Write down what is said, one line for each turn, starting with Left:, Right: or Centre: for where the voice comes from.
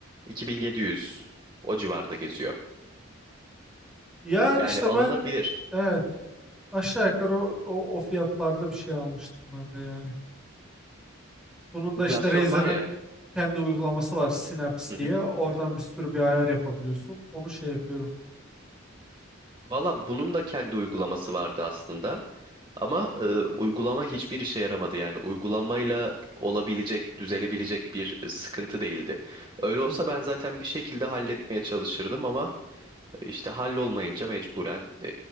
Right: 2700 o civarda geziyor.
Centre: Yani
Right: Yani
Centre: işte
Right: alınabilir.
Centre: ben evet aşağı yukarı o, o, o fiyatlarda bir şey almıştım ben de yani. Bunun da
Right: Enflasyon
Centre: işte Razer'ın
Right: var ya.
Centre: kendi uygulaması var Synapse
Right: Hı
Centre: diye.
Right: hı.
Centre: Oradan bir sürü bir ayar yapabiliyorsun. Onu şey yapıyorum.
Right: Valla bunun da kendi uygulaması vardı aslında. Ama e, uygulama hiçbir işe yaramadı. Yani uygulamayla olabilecek, düzelebilecek bir sıkıntı değildi. Öyle olsa
Centre: Hı hı.
Right: ben zaten bir şekilde halletmeye çalışırdım ama İşte hallolmayınca mecburen e,